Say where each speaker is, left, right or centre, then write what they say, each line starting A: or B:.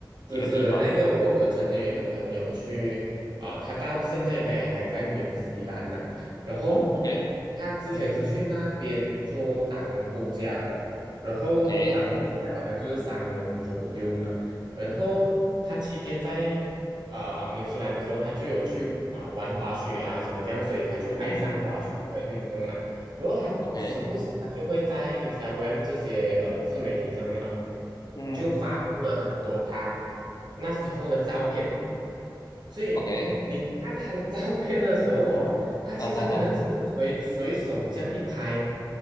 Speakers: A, on the left; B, on the right.
A: 一个地方。
B: 就是那个我我曾经有一个朋友去啊、呃他到现在应该也还在纽西兰呢、然后
A: 哦，OK。
B: 他之前是去那边做打工度假的，
A: 嗯。
B: 然后打工度假好像就是三年左右嘛。
A: OK，
B: 然后他期间在啊、纽西兰的时候，他就有去啊、玩滑雪啊什么这样，所以他就爱上滑雪这个运动了。
A: 嗯哼哼
B: 然后他时不时他就会在
A: ，OK，
B: Instagram 这些呃自媒体上面哦，
A: 嗯
B: 就发布了很多他那时候的照片，所以你看他的照片的时候哦，
A: ，OK，
B: 他其实可能只是随随手这样一拍，
A: 啊哈哈，